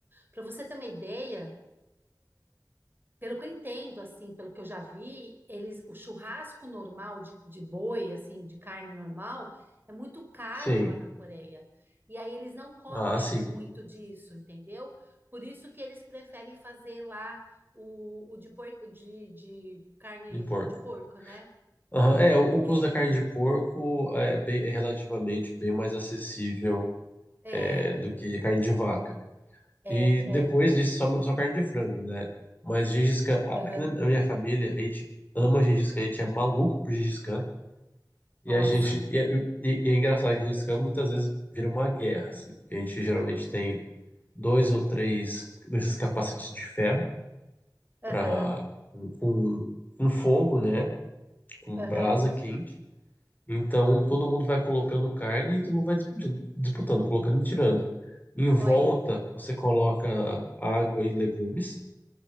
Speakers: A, on the right (about 30°); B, on the left (about 25°).
A: Para você ter uma ideia. Pelo que eu entendo, assim, pelo que eu já vi, eles, o churrasco normal de, de boi, assim, de carne normal, é muito caro
B: sim.
A: lá na Coreia. E aí eles não comem
B: Ah, sim.
A: muito disso, entendeu? Por isso que eles preferem fazer lá o, o de porco, de, de carne
B: Em porco.
A: de porco, né?
B: Aham, É, o, o
A: É,
B: custo da carne de porco é, bem- é relativamente bem mais acessível
A: é,
B: é, do que carne de vaca.
A: é,
B: E depois
A: é.
B: disso, só, só carne de frango, né? Mas Gengis Khan, a-
A: Aham.
B: aqui na minha família, a gente ama Gengis Khan, a gente é maluco por Gengis Khan. E
A: Nossa.
B: a gente. E é, e- e é engraçado que esse campo muitas vezes vira uma guerra, assim, porque a gente geralmente tem dois ou três desses capacetes de ferro
A: Aham,
B: pra, com, com, com fogo, né? Com
A: aham.
B: brasa quente. Então todo mundo vai colocando carne e todo mundo vai disputando, disputando, colocando e tirando. Em volta,
A: Olha.
B: você coloca água e legumes.